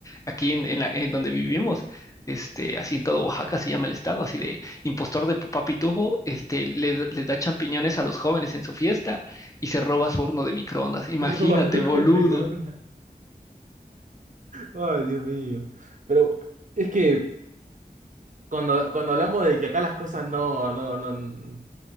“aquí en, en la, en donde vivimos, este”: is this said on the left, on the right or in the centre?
Left